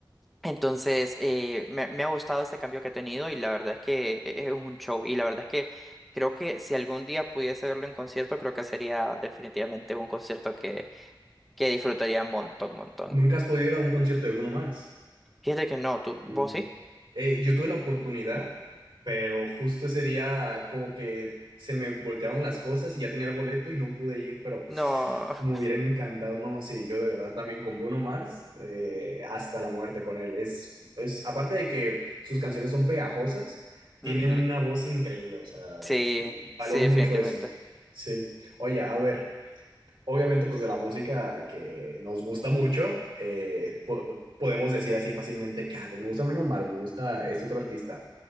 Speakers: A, in the centre; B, on the right.
A: Entonces, eh, me, me ha gustado este cambio que he tenido y la verdad es que e- es un show y la verdad es que creo que si algún día pudiese verlo en concierto, creo que sería definitivamente un concierto que, que disfrutaría montón, montón.
B: ¿Nunca has podido ir a un concierto de Bruno Mars?
A: Fíjate que no, tú,
B: Mm.
A: vos sí.
B: Eh, yo tuve la oportunidad, pero justo ese día como que se me voltearon las cosas y ya tenía el boleto y no pude ir, pero
A: No.
B: me
A: <laughs>
B: hubiera encantado. No, sí, yo de verdad también con Bruno Mars, eh, hasta la muerte con él. Es, es, aparte de que sus canciones son pegajosas, tiene
A: Ujú.
B: una voz increíble, o sea,
A: Sí,
B: Valoro
A: sí, definitivamente.
B: mucho eso. Sí. Oye, a ver, obviamente pues de la música que nos gusta mucho, eh, po- podemos decir así fácilmente que, ah, pues me gusta Bruno Mars, me gusta este otro artista.